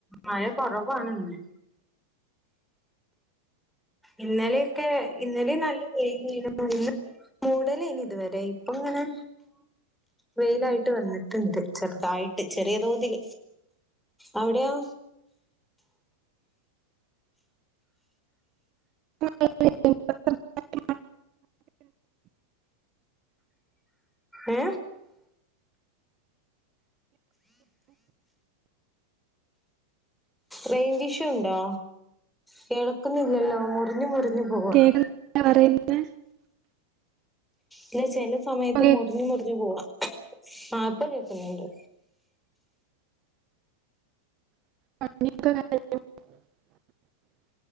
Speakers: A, in the centre; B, on the right.
A: മഴ കൊറവാണ് ഇന്ന് ഇന്നലെയൊക്കെ ഇന്നലെ നല്ല വെയിലാണ് മൂടലാണ് ഇതുവരെ ഇപ്പ അ വെയിലായിട്ട് വന്നിട്ടുണ്ട് ചെറുതായിട്ട് ചെറിയ തോതിൽ അവിടെയൊ
B: അം <unintelligible>
A: ഏ റേഞ്ച് ഇഷ്യൂ ഉണ്ടോ കേൾക്കുന്നില്ലല്ലോ മുറിഞ്ഞു മുറിഞ്ഞു പോകണ്
B: കേൾക്കുന്നില്ല <unintelligible>
A: ഇല്ല ചില സമയത്ത്
B: ഇപ്പൊ
A: മുറിഞ്ഞു മുറിഞ്ഞു പോവാ ആഹ ഇപ്പൊ കേൾക്കുന്നുണ്ട്
B: <inaudible>